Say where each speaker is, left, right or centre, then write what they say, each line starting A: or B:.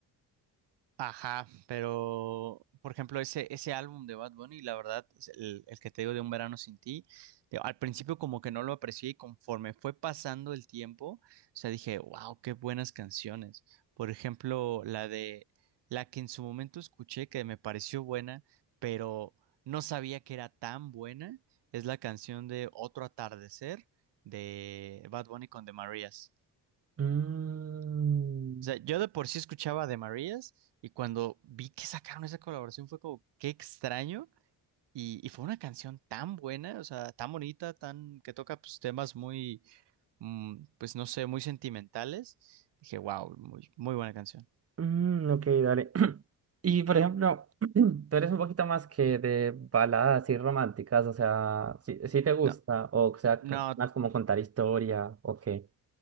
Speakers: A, on the right (about 80°); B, on the right (about 35°).
A: Ajá, pero por ejemplo, ese, ese álbum de Bad Bunny, la verdad, es el, el que te digo de Un Verano Sin Ti, te- al principio como que no lo aprecié y conforme fue pasando el tiempo, o sea, dije, wow, qué buenas canciones. Por ejemplo, la de la que en su momento escuché que me pareció buena, pero no sabía que era tan buena, es la canción de Otro Atardecer de Bad Bunny con The Marías.
B: Mm,
A: O sea, yo de por sí escuchaba de Marías y cuando vi que sacaron esa colaboración fue como, qué extraño. Y, y fue una canción tan buena, o sea, tan bonita, tan que toca pues, temas muy, mm, pues no sé, muy sentimentales. Dije, wow, muy, muy buena canción.
B: mm, ok, dale. Y por ejemplo, <clears throat> tú eres un poquito más que de baladas y románticas, o sea, si, te gusta,
A: No,
B: o sea,
A: no,
B: co- más como contar historia, o qué.